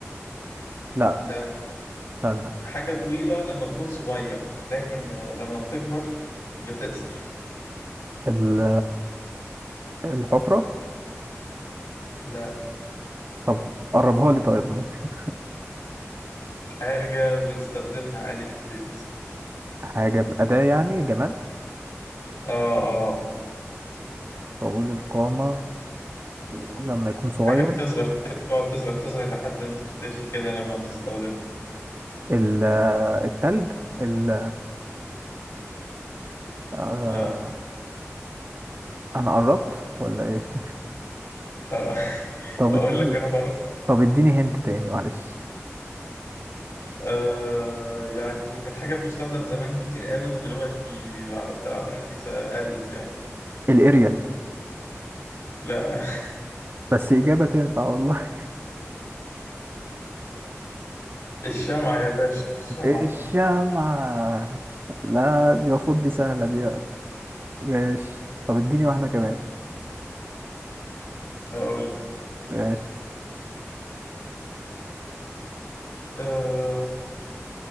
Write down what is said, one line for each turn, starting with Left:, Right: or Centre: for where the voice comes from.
Right: لا
Left: لا
Right: استنى
Left: حاجة طويلة لما تكون صغير لكن آه، لما بتكبر بتقصر
Right: ال- الحفرة
Left: لا
Right: طب قربها لي طيب ممكن
Left: حاجة بنستخدمها عادي في البيت
Right: حاجة أداة يعني جماد
Left: اه اه
Right: طويل القامة ولما يكون صغير
Left: حاجة بتصغر كده تقعد تصغر تصغر لحد ما تختفي كده لما بتستخدمها
Right: ال- التلج ال- آه
Left: لا
Right: أنا قربت ولا إيه
Left: آه. <laughs>
Right: طب
Left: أقول
Right: اديني
Left: لك أنا خلاص
Right: طب اديني هنت تاني معلش
Left: آه يعني كانت حاجة بتستخدم زمان كتير قوي ودلوقتي بعد اختراعات الحديثة قلت يعني
Right: الاريال
Left: لا <laughs>
Right: بس إجابة تنفع والله
Left: الشمعة يا باشا الشمعة
Right: <laughs> الشمعة لا دي المفروض دي سهلة دي ماشي طب اديني واحدة كمان
Left: أقول لك
Right: ماشي
Left: آه